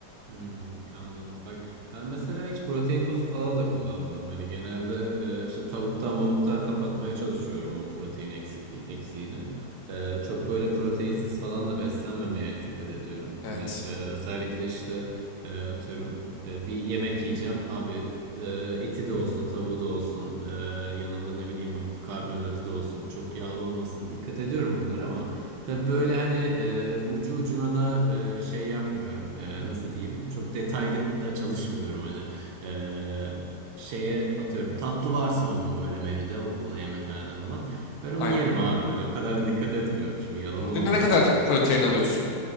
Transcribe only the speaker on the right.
Hmm, anladım. Bak ben mesela hiç protein tozu falan da kullanmadım. Hani genelde e, işte tavuktan mavuktan kapatmaya çalışıyorum o protein eksik, eksiğini. E, çok böyle proteinsiz falan da beslenmemeye dikkat ediyorum.
Hani e, özellikle işte e, atıyorum e, bir yemek yiyeceğim. Abi e, eti de olsun tavuğu da olsun e, yanında ne bileyim hafif karbonhidratı da olsun çok yağlı olmasın. Dikkat ediyorum bunlara ama Tabii böyle hani e, ucu ucuna da e, şey yapmıyorum. E, nasıl diyeyim? Çok detayda da çalışmıyorum hani. E, şeye atıyorum tatlı varsa o gün böyle menüde okulda yemekhanede falan. Ben onu
yerim abi böyle. O kadar da dikkat etmiyorum şimdi yalan
olmasın.